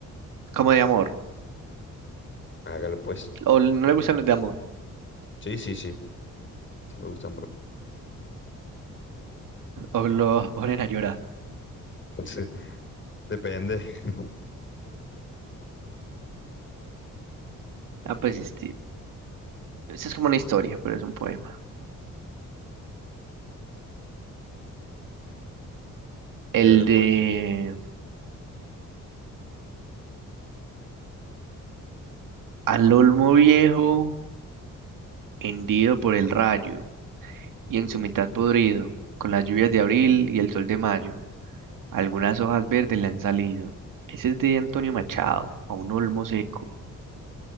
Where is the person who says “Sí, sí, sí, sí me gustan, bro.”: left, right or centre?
Left